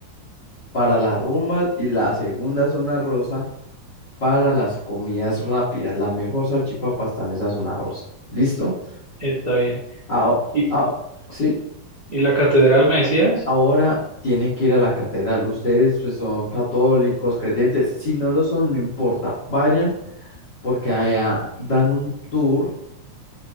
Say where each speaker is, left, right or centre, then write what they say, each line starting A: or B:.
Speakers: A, on the left (about 35°); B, on the right (about 20°).
A: para las rumbas y la segunda zona rosa para las comidas rápidas. La mejor salchipapa está en esa zona rosa. ¿Listo?
B: Está bien.
A: Ao-
B: ¿Y,
A: ao- ¿sí?
B: y la catedral me decías?
A: Ahora tienen que ir a la catedral. Ustedes pues, son católicos, creyentes. Si no lo son, no importa. Vayan porque allá dan un tour